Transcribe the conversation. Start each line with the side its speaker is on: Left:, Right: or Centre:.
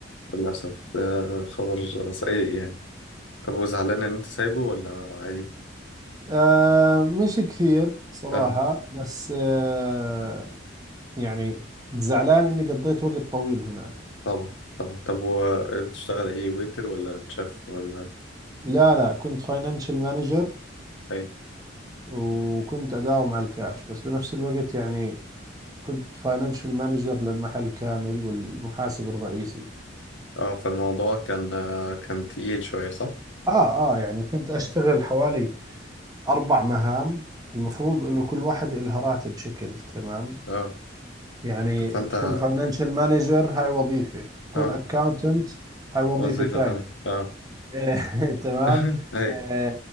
Left: للأسف ده خبر سيء يعني طب وزعلان ان انت سايبه ولا عادي؟
Right: آه مش كثير صراحة
Left: اه
Right: بس آه يعني زعلان إني قضيت وقت طويل هناك
Left: طبعا طبعا طب وبتشتغل ايه ويتر ولا تشيف ولا
Right: لا لا كنت فاينانشال مانجر
Left: ايه؟
Right: وكنت أداوم على الكاش بس بنفس الوقت يعني كنت فاينانشال مانجر للمحل كامل والمحاسب الرئيسي
Left: اه فالموضوع كان آه، كان تقيل شوية صح؟
Right: آه آه يعني كنت أشتغل حوالي أربع مهام المفروض إنه كل واحد إلها راتب شكل تمام
Left: اه
Right: يعني
Left: طب فانت
Right: تكون فاينانشال مانجر هاي وظيفة تكون
Left: اه
Right: أكاونتنت هاي وظيفة
Left: وظيفة
Right: ثانية
Left: تانية اه
Right: آه، <laughs> تمام
Left: <laughs> ايوه
Right: آه،